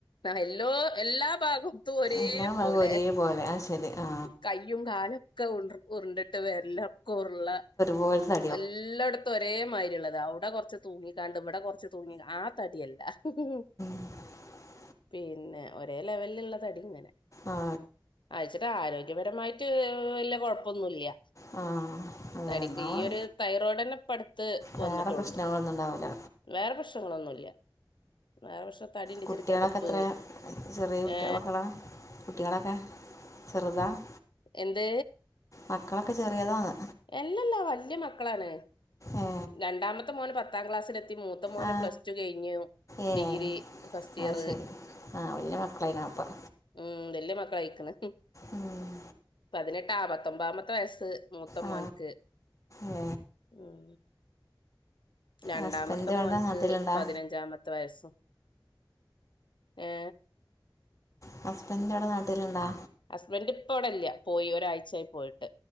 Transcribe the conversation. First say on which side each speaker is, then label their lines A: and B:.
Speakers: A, on the left; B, on the left.
A: നല്ലേ എല്ലാ ഭാഗത്തു ഒരേ
B: എല്ലാ ഭാഗവും
A: പോലെ
B: ഒരേപോലെ ആ ശരി ആ
A: കയും കാലും ഒക്കെ ഉരുണ്ടിട്ട് വെറ്ല്ലെക്കെ ഉരുള്ള
B: പോലെതെ
A: എല്ലായിടത്തും ഒരേ മാതിരി ഉള്ളതാ അവിടെ കുറച്ച് തൂങ്ങിക്കാണ്ട് ഇവിടെ കുറച്ച് തൂങ്ങി ആ തടിയല്ല ഉ
B: <unintelligible>
A: പിന്നെ ഒരേ ലെവലിലുള്ള തടി ഇങ്ങനെ
B: ആ
A: അയച്ചിട്ട് ആരോഗ്യ ഗ്യ പരമായിട്ട് വല്ല കുഴപ്പമൊന്നുമല്ല
B: ആ അതെ
A: തടിക്ക്
B: എന്നാൽ
A: ഈ ഒരു തൈറോയ്ഡന്നെ പ്പ ടുത്ത്
B: വേറെ
A: വന്നിട്ടുള്ളു
B: പ്രശ്നങ്ങളൊന്നും ഉണ്ടാവില്ല
A: വേറെ പ്രശ്നങ്ങളൊന്നുല്ല വേറെ പ്രശ്നം തടിണ്ട് വെച്ചിട്ട്
B: കുട്ടികളൊക്കെ
A: കെതപ്പ്
B: എത്ര ചെറിയ കുട്ടി
A: ഏ
B: മക്കളാണ് കുട്ടികളൊക്കെ ചെറുതാണ്
A: എന്ത്
B: മക്കളൊക്കെ ചെറിയതാണ്
A: എല്ലല്ലാ വല്യ മക്കളാണ്
B: ഏ
A: രണ്ടാമത്തെ മോന് പത്താം ക്ലാസ്സില് എ തി മൂത്ത മോന്
B: ആ
A: പ്ലസ് ടു കഴിഞ്ഞു
B: ഏ
A: ഡിഗ്രി ഫസ്‌റ്റിയറ്
B: അത് ശരി ആ വല്യ മക്കളായീക്കണപ്പ
A: മ് വല്യ മക്കളായീക്കണ്
B: ഉം.
A: പതിനെട്ടാ പത് ത്തൊമ്പാമത്തെ വയസ്സ് മൂത്ത
B: ആ
A: മോൻക്ക്
B: ഏ
A: മ് രണ്ടാമത്തെ
B: ഹസ്ബൻഡ് അവിടെ
A: മോന്ക്ക്
B: നാട്ടിലുണ്ടോ
A: പതിനഞ്ചാമത്തെ വയസ്സും ഏ
B: ഹസ്ബന്റവിടെ നാട്ടിലുണ്ടാ
A: ഹസ്ബന്റ് ഇപ്പൊ ഇവിടെല്ല്യ പോയി ഒരാഴ്ചയായി പോയിട്ട്